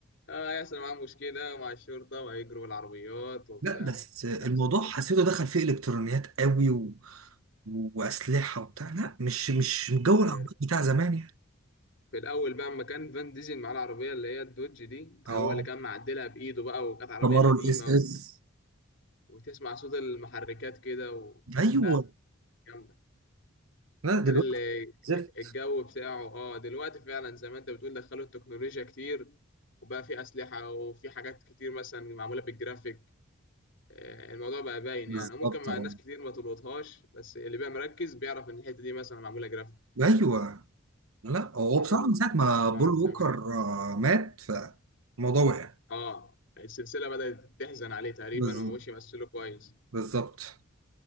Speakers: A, on the left (about 60°); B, on the right (about 80°).
A: اه يحصل معاهم مشكلة مع الشرطة وهيجروا بالعربيات وبتاع
B: لا بس الموضوع
A: نفس القصة
B: حسيته دخل فيه الكترونيات قوي و... واسلحه وبتاع لا مش مش جو
A: آه.
B: العربيات بتاع زمان يعني
A: في الأول بقى أما كان فان ديزل معاه العربية اللي هي الدوج دي
B: اه
A: هو اللي كان معدلها بإيده بقى وكانت عربية
B: كامارو
A: قديمة
B: الاس اس
A: و... وتسمع صوت المحركات كده و...
B: ايوه
A: لا جامدة
B: لا
A: وكان
B: دلوقتي
A: اللي
B: زفت
A: الجو بتاعه اه دلوقتي فعلا زي ما انت بتقول دخلوا التكنولوجيا كتير وبقى في أسلحة وفي حاجات كتير مثلا معمولة بالجرافيك آه، الموضوع بقى باين
B: بالظبط
A: يعني وممكن مع
B: اه
A: ناس كتير ما تلقطهاش بس اللي بقى مركز بيعرف ان الحته دي مثلا معموله جرافيك
B: ايوه لا هو
A: غير
B: بصراحه
A: اللي
B: من ساعه
A: كان
B: ما
A: بيسمع
B: بول
A: من
B: ووكر
A: زمان
B: آه، مات فالموضوع وقع
A: اه السلسله بدات تحزن عليه تقريبا
B: بالظبط
A: ومش يمثله كويس
B: بالظبط